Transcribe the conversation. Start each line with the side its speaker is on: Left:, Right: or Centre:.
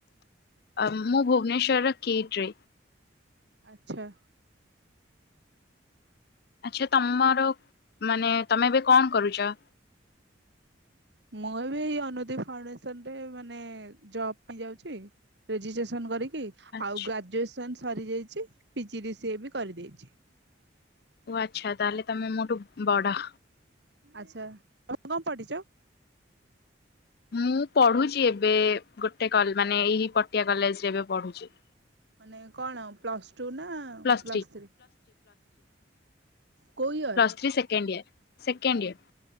Left: ମୁଁ ଭୁବନେଶ୍ଵର ର କିଟ୍ ରେ।
Right: ଆଛା।
Left: ଆଚ୍ଛା ତମର ମାନେ ତମେ ଏବେ କଣ କରୁଚ?
Right: ମୁଁ ଏବେ ଏଇ ଅନୁଦେଇ ଫାଉଣ୍ଡେସନ ରେ ମାନେ ଜବ ପାଇଁ ଯାଉଚି ରେଜିଷ୍ଟ୍ରେସନ କରିକି
Left: ଆଚ୍ଛା
Right: ଆଉ ଗ୍ରାଜୁଏସନ ସରିଯାଇଚି ପି ଜି ଡି ସିଏ ବି କରିଦେଇଚି।
Left: ଓ ଆଚ୍ଛା ତାହେଲେ ତମେ ମୋଠୁ ବଡ଼।
Right: ଆଚ୍ଛା ତମେ କଣ ପଢ଼ିଚ?
Left: ମୁଁ ପଢୁଚି ଏବେ ଗୋଟେ କଲ ମାନେ ଏଇ ପଟିଆ କଲେଜରେ ଏବେ ପଢୁଚି।
Right: ମାନେ କଣ ପ୍ଲସ ଟୁ ନା
Left: ପ୍ଲସ୍
Right: ପ୍ଲସ ଥ୍ରୀ? କୋଉ year?
Left: Plus three second year second year.